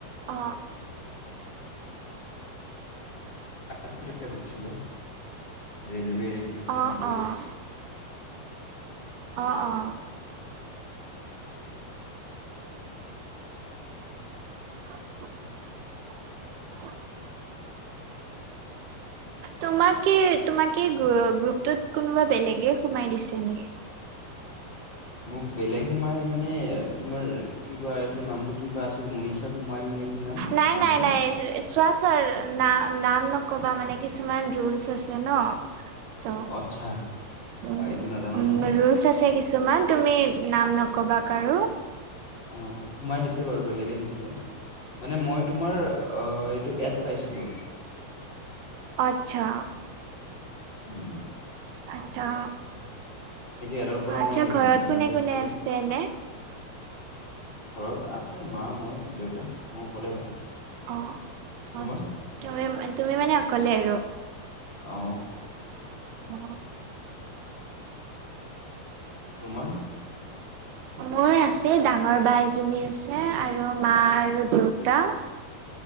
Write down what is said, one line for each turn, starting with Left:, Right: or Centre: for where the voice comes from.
Right: অ
Left: তাৰ পিছত কৰিছিলো ৰেন বেৰি কিক্ৰক
Right: অ',
Left: মেণ্ট বৰ্ড
Right: অ', অ অ <inaudible> <unintelligible> তোমাক কি তোমাকে গ্ৰ গ্ৰুপটোত কোনোবা বেলেগে সোমাই দিছে নেকি?
Left: মোক বেলেগ সোমাই মানে তোমাৰ কিবা এইটো নামটো কি বা আছিল। মনিশা কুমাৰী নে কি নাম
Right: নাই
Left: নামটো?
Right: নাই নাই চোৱা ছাৰ নাম নাম নকবা মানে কিছুমান ৰুলচ আছে ন ত'
Left: আচ্ছা
Right: উম
Left: হয় এইটো নাজানো
Right: উম
Left: নহয়
Right: ৰুলচ আছে কিছুমান তুমি নাম নকবা কাৰো।
Left: অ সোমাই দিছে বাৰু বেলেগে দিছিলে মানে মই তোমাৰ অ এইটো এট পাইছিলোঁ
Right: আতচ্ছা
Left: উম
Right: আচ্ছা
Left: এডৰ পৰা
Right: আচ্ছা
Left: মই
Right: ঘৰত
Left: মেছেজ
Right: কোনে কোনে
Left: কৰি
Right: আছে এনে?
Left: ঘৰত আছে মা মই দেউতা মই অকলে হয়।
Right: অ অ
Left: তোমাৰ
Right: আতচ্ছা তুমি তুমি মানে অকলে আৰু
Left: অ
Right: অ
Left: তোমাৰ
Right: মোৰ আছে ডাঙৰ বাই এজনী আছে আৰু মা আৰু দেউতা